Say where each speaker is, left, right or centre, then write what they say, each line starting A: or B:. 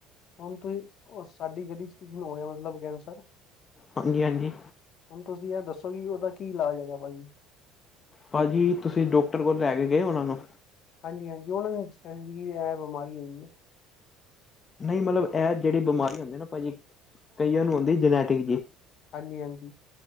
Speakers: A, on the left; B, on the left.
A: ਹੁਣ ਤੁਸੀਂ ਸਾਡੀ ਗਲੀ ਚ ਕਿਸੇ ਨੂੰ ਹੋਇਆ, ਮਤਲਬ ਕੈੰਸਰ
B: ਹਾਂਜੀ-ਹਾਂਜੀ
A: ਹੁਣ ਤੁਸੀਂ ਇਹ ਦੱਸੋ ਕਿ ਉਹਦਾ ਕੀ ਇਲਾਜ ਹੈਗਾ ਭਾਜੀ
B: ਭਾਜੀ ਤੁਸੀਂ ਡਾਕਟਰ ਕੋਲ ਲੈ ਕੇ ਗਏ ਉਹਨਾਂ ਨੂੰ
A: ਹਾਂਜੀ ਹਾਂਜੀ ਉਹਨਾਂ ਦੀ ਇਹ ਬਿਮਾਰੀ ਹੈਗੀ।
B: ਨਹੀਂ ਮਤਲਬ ਇਹ ਜਿਹੜੀ ਬਿਮਾਰੀ ਹੁੰਦੀ ਨਾ ਭਾਜੀ ਕਈਆਂ ਨੂੰ ਆਉਂਦੀ ਜਨੈਟਿਕ ਜੀ
A: ਹਾਂਜੀ ਹਾਂਜੀ